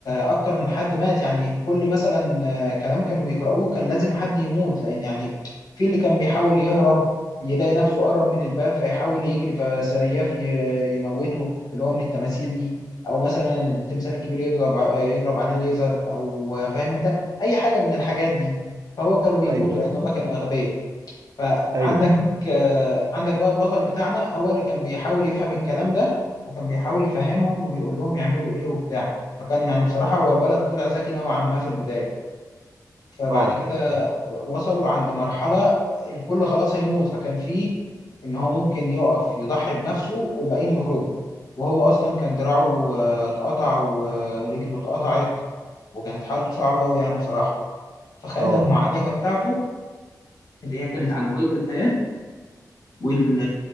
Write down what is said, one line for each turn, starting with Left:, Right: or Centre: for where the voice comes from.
Left: آه اكتر من حد مات يعني في كل مثلا آه كلام كانوا بيقرأوه كان لازم حد يموت لان يعني في اللي كان بيحاول يهرب يلاقي نفسه قرب من الباب فيحاول يجري فسياف ي- يموته اللي هو من التماثيل دي او مثلا التمثال الكبير يضرب ع- آه، يضرب عليه ليزر او آه، فاهم انت اي حاجة من الحاجات دي فهو كانوا بيموتوا
Right: ايوه ايوه
Left: لان هم كانوا اغبياء فعندك
Right: ايوه
Left: آه، عندك بقى البطل بتاعنا هو اللي كان بيحاول يفهم الكلام ده وكان بيحاول يفهمهم ويقول لهم يعملوا ايه وبتاع فكان يعني بصراحة هو الولد طلع ذكي نوعا ما في البداية فبعد
Right: اه
Left: كده وصلوا عند مرحلة الكل خلاص هيموت فكان فيه ان هو ممكن يقف يضحي بنفسه والباقيين يخرجوا وهو اصلا كان دراعه آه، اتقطع ورجله اتقطعت وكانت حالته صعبة قوي يعني بصراحة فخلى
Right: اه
Left: المعالجة بتاعته اللي هي كانت على قيد الحياة وال